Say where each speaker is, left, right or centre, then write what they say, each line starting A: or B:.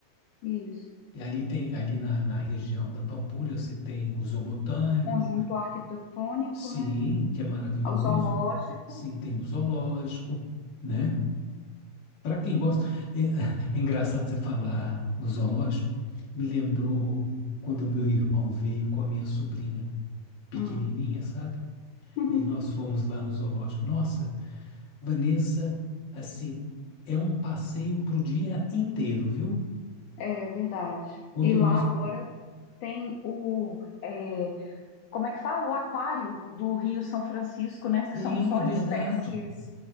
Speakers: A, on the left; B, on the left.
A: Isso.
B: E ali tem, ali na, na região da Pampulha, você tem o zoobotânico,
A: Conjunto arquitetônico,
B: sim,
A: né?
B: que é maravilhoso.
A: O zoológico.
B: Sim, tem o zoológico, né? Para quem gosta, é, <laughs> é engraçado você falar no zoológico. Me lembrou quando meu irmão veio com a minha sobrinha pequenininha,
A: Hum.
B: sabe?
A: <laughs>
B: E nós fomos lá no zoológico. Nossa, Vanessa, assim, é um passeio para o dia inteiro, viu?
A: É verdade.
B: Quando
A: E lá
B: nós.
A: agora tem o. é, como é que fala? O aquário do Rio São Francisco, né?
B: Sim,
A: Que são só
B: é verdade.
A: espécies